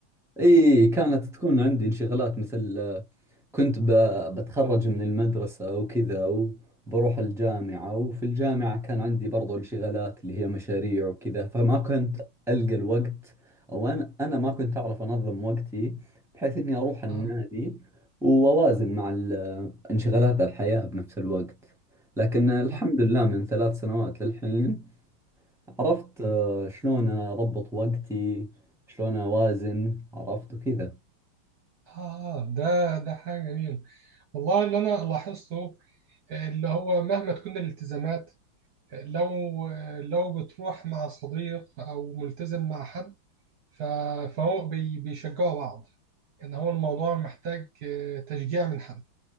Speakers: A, in the centre; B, on the right (about 60°).
A: إي كانت تكون عندي انشغالات مثل آه، كنت ب... بتخرج من المدرسة وكذا وبروح الجامعة وفي الجامعة كان عندي برضو انشغالات اللي هي مشاريع وكذا فما كنت ألقى الوقت أو أنا أنا ما كنت أعرف أنظم وقتي بحيث إني أروح النادي
B: آه.
A: وأوازن مع ال- انشغالات الحياة بنفس الوقت لكن الحمد
B: آه.
A: لله من ثلاث سنوات للحين عرفت آه، شلون أضبط وقتي شلون أوازن عرفت وكذا
B: آه ده ده حاجة جميلة والله اللي أنا لاحظته اللي هو مهما تكون الالتزامات لو لو بتروح مع صديق أو ملتزم مع حد ف- فهو بي- بيشجعوا بعض يعني هو الموضوع محتاج آه، تشجيع من حد